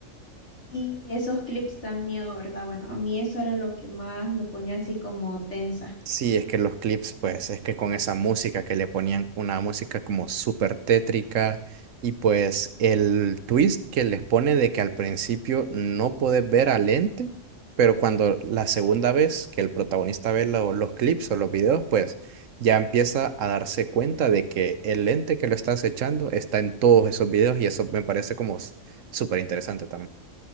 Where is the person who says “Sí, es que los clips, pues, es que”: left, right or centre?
Right